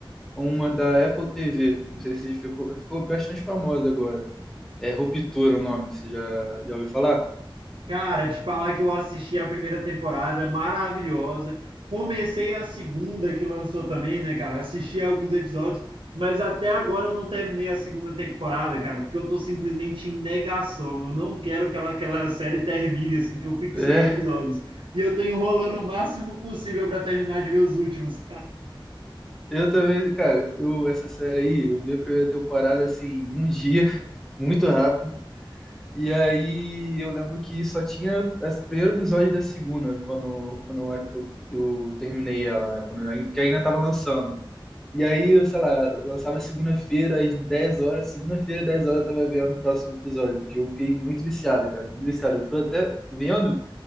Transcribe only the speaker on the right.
Cara, te falar que eu assisti a primeira temporada, maravilhosa. Comecei a segunda que lançou também, né, cara? Assisti alguns episódios, mas até agora eu não terminei a segunda temporada, cara, porque eu tô simplesmente em negação. Eu não quero que ela, que aquela série termine, assim, que eu fique
sem episódios. E eu tô enrolando o máximo possível para terminar de ver os últimos.